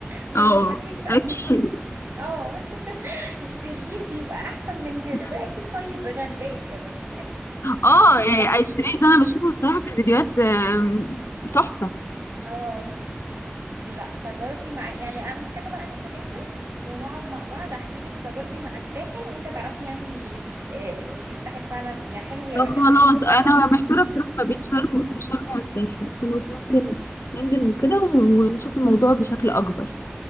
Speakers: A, on the right; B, on the left.
A: ما
B: اه
A: مستحيل يكون-
B: اكيد
A: اصل الشر اه <laughs> الشرير بيبقى احسن من كده
B: <laughs>
A: ده اكيد طيب غلبان كمان يعني
B: اه يعني الشريط ده انا بشوفه الصراحه في الفيديوهات آم، تحفه
A: اه لا تجاربي مع يعني انا محتاجه بقى ان احنا ننزل ونقعد مع بعض احكي لك تجاربي مع الساحل وانت تعرفي يعني آه، ان الساحل فعلا يا حلو يا
B: فخلاص
A: وحش يعني انت تقرر
B: انا محتاره بصراحه ما بين شرم شرم والساحل خلاص ممكن ننزل وكده و- ونشوف الموضوع بشكل اكبر